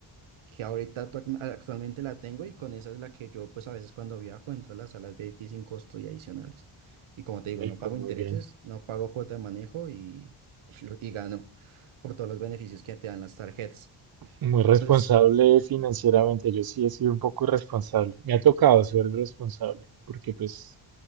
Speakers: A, on the right (about 75°); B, on the right (about 50°).
A: que ahorita tu- actualmente la tengo y con esa es la que yo pues a veces cuando viajo entro a las salas VIP sin costo y adicionales. Y como te digo,
B: Y
A: no
B: pues
A: pago
B: muy
A: intereses,
B: bien.
A: no pago cuota de manejo y, <laughs> y, lo- y gano por todos los beneficios que te dan las tarjetas.
B: Muy responsable
A: Entonces,
B: financieramente. Yo sí he sido un poco irresponsable. Me ha tocado ser responsable porque pues...